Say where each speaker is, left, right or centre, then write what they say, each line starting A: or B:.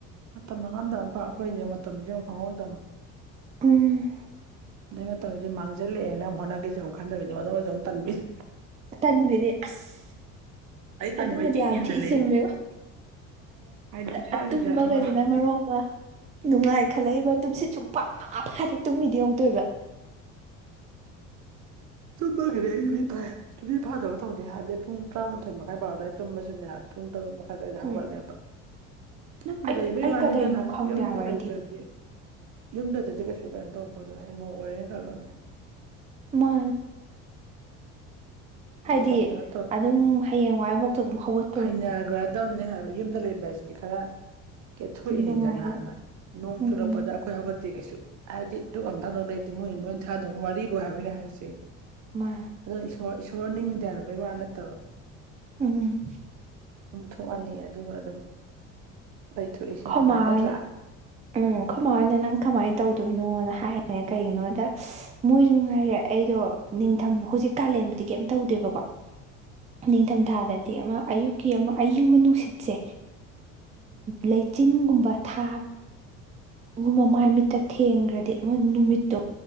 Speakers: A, on the right; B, on the right.
A: ꯃꯇꯝ ꯃꯥꯡꯍꯥꯟꯗꯄꯥꯛ ꯑꯩꯈꯣꯏꯁꯦ ꯃꯇꯝꯁꯦ ꯑꯃꯨ ꯈꯪꯍꯧ ꯃꯇꯝ
B: ꯎꯝ
A: ꯑꯗꯩ ꯃꯇꯝꯧꯁꯦ ꯃꯥꯡꯁꯤꯜꯂꯛꯑꯦꯅ ꯑꯃ ꯍꯣꯅꯈꯤꯁꯤꯁ ꯑꯃꯨꯛ ꯈꯟꯗꯕꯅꯤ ꯃꯗꯁꯨꯨꯝꯕꯤ ꯇꯥꯟꯕꯤꯅꯤ
B: ꯇꯟꯕꯤꯅꯦ ꯑꯁ
A: ꯑꯩ ꯇꯟꯕꯩ
B: ꯑꯗꯨꯃꯗꯤ
A: ꯇꯤꯛ
B: ꯌꯥꯝ
A: ꯍꯦꯟꯖꯜꯂꯛꯑꯦ
B: ꯊꯤ ꯆꯨꯝꯃꯦꯕꫭ
A: ꯍꯥꯏꯗꯤ ꯏꯁꯥꯁꯤꯗ
B: ꯑ ꯇꯨꯝꯕꯒꯩꯁꯤꯅ
A: ꯑꯃ
B: ꯃꯔꯣ ꯑꯃ ꯅꯨꯡꯉꯥꯏ ꯈꯜꯂꯛꯏꯕ ꯇꯨꯝꯁꯤꯠ ꯁꯨꯟ ꯐꯥ ꯐꯥꯗꯦ ꯇꯨꯝꯃꯤꯗꯤ ꯑꯃꯨꯛꯇꫭꯏꯕ
A: ꯇꯨꯝꯃꯒꯤꯗꯤ ꯑꯩ ꯌꯄꯤ ꯐ ꯇꯨꯁꯤꯠ ꯐꯗꯕ ꯇꯧꯗꯦ ꯍꯥꯏꯕꯗꯤ ꯄꯨꯡ ꯇꯔꯥꯃꯥꯊꯣꯏ ꯃꯈꯥꯏ ꯕꯔꯣꯑꯗꯥꯏ ꯇꯨꯝꯃꯁꯨꯅꯦ ꯄꯨꯡ ꯇꯔꯨꯛ ꯃꯈꯥꯏ ꯑꯗꯨꯋꯥꯏꯗ
B: ꯎꯝ
A: ꯍꯧꯒꯠꯂꯦꯕ ꯌꯨꯝꯗ
B: ꯑꯩ
A: ꯂꯩꯕꯩ
B: ꯑꯩ
A: ꯋꯥꯅꯤꯗꯅ
B: ꯀꯗꯩꯅꯣ ꯈꯪꯗꯦ
A: ꯌꯨꯝꯗ
B: ꯍꯥꯏꯕ ꯑꯩꯗꯤ
A: ꯂꯩꯇ꯭ꯔꯗꯤ ꯌꯨꯝꯗꯗꯤ ꯀꯩꯁꯨ ꯀꯩꯅꯣ ꯇꯧꯔꯛꯄꯗꯣ ꯍꯌꯦꯡ ꯃꯧ ꯑꯣꯏꯔꯦꯅ ꯈꯜꯠꯂꯣꯅꯦ
B: ꯃꯥ
A: ꯑꯗ
B: ꯍꯥꯏꯗꯤ
A: ꯁꯨꯝ ꯀꯩꯅꯣ
B: ꯑꯗꯨꯝ ꯍꯌꯦꯡꯋꯥꯏꯐꯥꯎꯇꯣ ꯑꯗꯨꯝ ꯍꯧꯒꯠ
A: ꯍꯩꯅꯈ꯭ꯔꯗꯕꯅꯦ ꯍꯥꯏꯕ ꯌꯨꯝꯗ ꯂꯩꯕ ꯍꯥꯏꯁꯤꯗꯤ ꯈꯔ ꯀꯦꯊ ꯊꯣꯛꯏꯅꯤꯗꯅ
B: ꯅꯨꯡꯉꯥꯏꯅ
A: ꯅꯣꯡ
B: ꯎꯝ
A: ꯆꯨꯔꯛꯄꯗ ꯑꯩꯈꯣꯏ ꯍꯧꯒꯠꯇꯤ ꯀꯩꯁꯨ ꯍꯥꯏꯗꯤ ꯑꯗꯨ ꯙꯀ ꯑꯃꯥ ꯊꯥꯙ ꯂꯤꯇꯦ ꯃꫭꯏ ꯂꫭꯏ ꯊꯥꯙꯕ ꯋꯥꯔꯤꯕꯨ ꯍꯥꯏꯕ ꯑꯩꯅ ꯍꯥꯏꯁꯦ
B: ꯃꯥ
A: ꯑꯗꯣ ꯏꯁ ꯏꯁꯣꯔ ꯅꯤꯡꯗꯦ ꯍꯥꯏꯕꯩ ꯋꯥ ꯅꯠꯇꯕ
B: ꯎꯝ
A: ꯑꯗꯨꯝ ꯊꯣꯛꯑꯅꯤ ꯑꯗꯨꯒ ꯑꯗꯨꯝ ꯂꯩꯊꯣꯛꯏꯁꯤ
B: ꯈꯣꯃꯥ
A: ꯃꯉꯥꯏ ꯅꯠꯇ꯭ꯔꯥ
B: ꯍꯣꯏꯅ ꯎꯝ ꯈꯨꯃꯥꯅ ꯅꯪ ꯀꯃꯥꯏꯅ ꯇꯧꯗꯣꯏꯅꯣꯅ ꯍꯥꯏꯌꯦꯅ ꯀꯩꯒꯤꯅꯣꯗ ꯃꯣꯏꯁꯨ ꯉꯥꯏꯔꯦ ꯑꯩꯗꯣ ꯅꯤꯡꯊꯝ ꯍꯧꯖꯤꯛ ꯀꯥꯂꯦꯟꯕꯗꯤ ꯀꯩꯝꯇ ꯇꯧꯗꯦꯕꯀꯣ
A: <inaudible>
B: ꯅꯤꯡꯊꯝꯊꯥꯗꯗꯤ
A: ꯎꯝ
B: ꯑꯃ ꯑꯌꯨꯛꯀꯤ ꯑꯃ ꯑꯏꯤꯡꯕ ꯅꯨꯡꯁꯤꯠꯁꯦ ꯂꯩꯆꯤꯟꯒꯨꯝꯕ ꯊꯥꯕ ꯑꯗꯨꯒꯨꯝ ꯃ ꯃꯥꯏ ꯃꯤꯠꯇ ꯊꯦꯡꯈ꯭ꯔꯗꯤ ꯑꯃ ꯅꯨꯃꯤꯠꯇꯨ